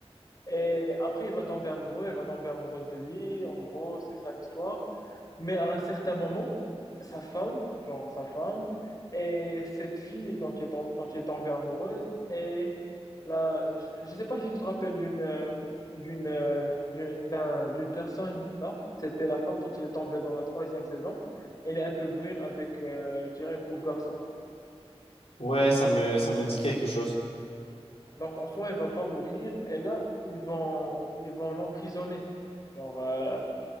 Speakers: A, on the left; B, on the left.
A: Et après, il va tomber amoureux, elle va tomber amoureuse de lui. En gros, c'est ça l'histoire. Mais à un certain moment, sa femme, genre sa femme, et cette fille dont il est, tom- dont il est tombé amoureuse, et là, je je sais pas si tu te rappelles d'une euh, d'une euh, d'une d'un- d'une personne, là. C'était la femme dont il est tombé dans la troisième saison. Elle est un peu brune avec, euh, je dirais, une coupe garçon.
B: Ouais, ça me, ça me dit quelque chose.
A: Donc, en soi, elle va pas mourir. Et là, ils vont ils vont l'emprisonner. Genre, euh,